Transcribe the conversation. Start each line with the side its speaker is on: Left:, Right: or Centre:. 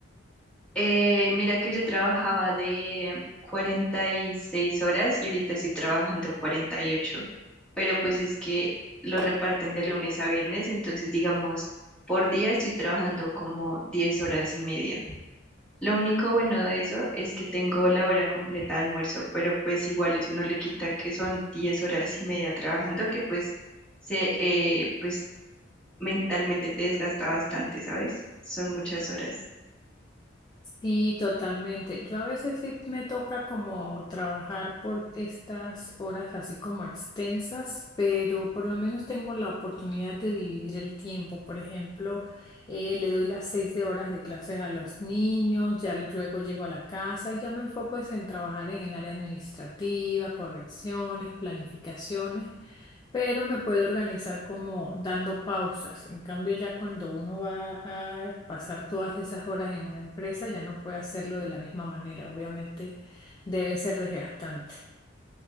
Centre: Eh, mira que yo trabajaba de 46 horas y ahorita estoy trabajando 48, pero pues es que lo reparten de lunes a viernes, entonces digamos, por día estoy trabajando como 10 horas y media. Lo único bueno de eso es que tengo la hora completa de almuerzo, pero pues igual eso no le quita que son 10 horas y media trabajando, que pues se eh, pues mentalmente te desgasta bastante, ¿sabes? Son muchas horas.
Left: Sí, totalmente. Yo a veces sí me toca como trabajar por estas horas así como extensas, pero por lo menos tengo la oportunidad de dividir el tiempo. Por ejemplo, eh, le doy las seis de horas de clases a los niños, ya luego llego a la casa y ya me enfoco es en trabajar en el área administrativa, correcciones, planificaciones. pero me puedo organizar como dando pausas. En cambio, ya cuando uno va a pasar todas esas horas en una empresa, ya no puede hacerlo de la misma manera. Obviamente debe ser desgastante.